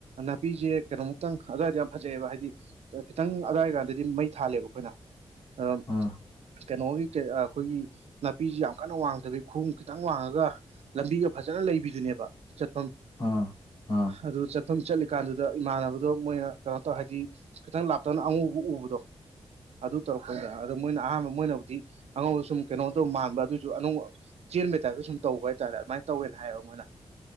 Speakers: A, on the right; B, on the left.
A: ꯅꯥꯄꯤꯁꯦ ꯀꯩꯅꯣꯃꯨꯛꯇꯪ ꯑꯗꯨꯋꯥꯗꯤ ꯌꯥꯝ ꯐꯖꯩꯑꯕ ꯍꯥꯏꯗꯤ ꯈꯤꯇꯪ ꯑꯗꯥꯏ ꯀꯥꯟꯗꯗꯤ ꯃꯩ ꯊꯥꯜꯂꯦꯕ ꯑꯩꯈꯣꯏꯅ ꯑꯣ
B: ꯑꯥ
A: ꯀꯩꯅꯣꯒꯤ ꯑꯩꯈꯣꯏꯒꯤ ꯅꯥꯄꯤꯁꯤ ꯌꯥꯝ ꯀꯟꯅ ꯋꯥꯡꯗꯕꯒꯤ ꯈꯣꯡ ꯈꯤꯇꯪ ꯋꯥꯡꯉꯒ ꯂꯝꯕꯤꯒ ꯐꯖꯅ ꯂꯩꯕꯤꯗꯨꯅꯦꯕ ꯆꯠꯐꯝ
B: ꯑꯥ ꯑꯥ
A: ꯑꯗꯨ ꯃꯐꯝ ꯆꯠꯂꯤꯀꯥꯟꯗꯨꯗ ꯏꯃꯥꯟꯅꯕꯗꯣ ꯃꯣꯏꯅ ꯀꯩꯅꯣ ꯇꯧ ꯍꯥꯏꯗꯤ ꯈꯤꯇꯪ ꯂꯥꯞꯇꯅ ꯑꯉꯧꯕ ꯎꯕꯗꯣ ꯑꯗꯨ ꯇꯧꯔꯛꯄꯥꯗ ꯑꯗꯣ ꯃꯣꯏꯅ ꯑꯍꯥꯟꯕ ꯃꯣꯏꯅꯕꯨꯗꯤ ꯑꯉꯧꯕ ꯁꯨꯝ ꯀꯩꯅꯣ ꯇꯧ ꯃꯥꯟꯕ ꯑꯗꯨꯁꯨ ꯑꯅꯧꯕ ꯆꯦꯟꯕ ꯍꯥꯏꯞꯇꯁꯨ ꯁꯨꯝ ꯇꯧꯕ ꯍꯥꯏꯇꯥꯔꯦ ꯑꯗꯨꯃꯥꯏꯅ ꯇꯧꯋꯦ ꯍꯥꯏꯌꯣ ꯃꯣꯏꯅ꯫